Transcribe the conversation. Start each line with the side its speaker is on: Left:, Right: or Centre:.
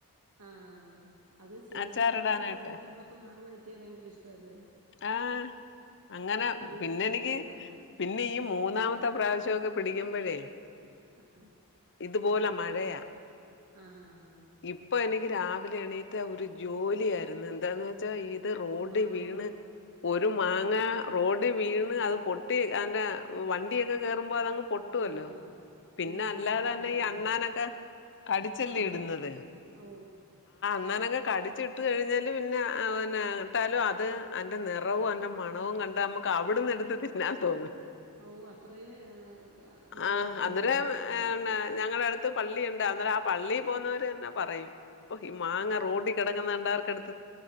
Right: ആഹ് അഹ് ആഹ് അത് സീസൺ
Left: അച്ചാറിടാനായിട്ട്
Right: അല്ലാത്ത സമയത്ത് നമ്മുക്ക് മാങ്ങ കിട്ടിയൽ ഭയങ്കര ഇഷ്ടല്ലേ
Left: ആ അങ്ങനെ
Right: വീട്ടിലും
Left: പിന്നെ
Right: ഇതുപോലെ
Left: എനിക്ക്
Right: ഉണ്ടായിരുന്നു
Left: പിന്നെ ഈ മൂന്നാമത്തെ പ്രാവശ്യമൊക്കെ പിടിക്കുമ്പഴേ
Right: ഉം
Left: ഇതുപോലെ മഴയാ
Right: ആഹ് ആഹ്
Left: ഇപ്പൊ എനിക്ക് രാവിലെ എണീറ്റ് ഒരു ജോലിയ ആായിരുന്നു എന്താന്ന് വെച്ചാ ഈ റോഡ്
Right: മാങ്ങ
Left: വീണ്
Right: പറക്ക്
Left: ഒരു
Right: ആഹാ
Left: മാങ്ങ റോഡ് വീണ് അത് പൊ പൊട്ടി അന്റെ വണ്ടിയൊക്കെ കേറുമ്പോ അതങ്ങ് പൊട്ടുവല്ലോ
Right: ആഹ്
Left: പിന്നെ
Right: നമ്മൾ
Left: അല്ലാതെ
Right: വേണ്ടേ
Left: തന്നെ
Right: വൃത്തിയാക്കാൻ
Left: ഈ അണ്ണാനൊക്കെ കടിച്ചല്ലേ
Right: ആഹ്
Left: ഇടുന്നത്
Right: ആഹ് ഓ
Left: എന്നാനൊക്കെ കടിച്ച ഇട്ടു കഴിഞ്ഞാല് പിന്നെന്നെ ഇട്ടാലും അത് എന്റെ നിറവും അന്റെ മണവും കണ്ട് നമുക്ക് അവിടന്ന് എടുത്ത ന്നാൻ തോന്നുന്നു
Right: ഓ അത്രയും ആ, ക- നല്ലതാണല്ലേ
Left: ആഹ് അന്നരം
Right: ആഹ്
Left: ഞങ്ങള അടുത്ത് ത്ത് പള്ളിയുണ്ട വന്നെ ആഹ് പള്ളിൽ പോന്നവർ തന്നെ പറയും ഓ ഈ മാങ്ങ റോഡി കിടക്കുന്നുണ്ടവർക്ക് എടുത്ത്